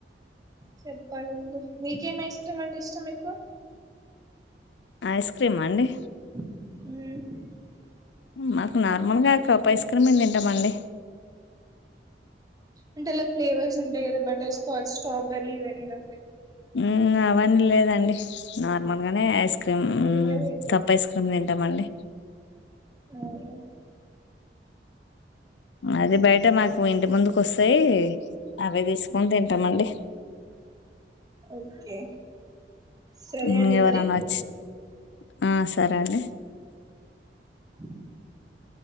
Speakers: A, on the right (about 20°); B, on the left (about 80°).
A: చెప్పాలండి మీకేం ఐస్ క్రీమ్ అంటే ఇష్టం మీకు
B: ఐస్ క్రీమా అండి
A: మ్
B: మాకు నార్మల్గా కప్ ఐస్ ఎక్కడమని తింటామండి
A: అంటే అలా ఫ్లేవర్స్ ఉంటాయి కదా బటర్స్కాచ్ స్ట్రాబెర్రీ వెన్నిల
B: మ్ అవన్ లే దండి నార్మల్ గానే ఐస్ క్రీమ్
A: ఏదైనా తింటారు
B: కప్ ఐస్ క్రీమ్ తింటామండి
A: అవును
B: అదే బయట మా ఇంటి ముందుకు వస్తే అవే తీసుకొని తింటామండి
A: ఓక్కే సరే
B: మ్మ్
A: అండి
B: ఎవరన్నా
A: మరి
B: వచ్చి ఆ సరే అండి
A: <inaudible>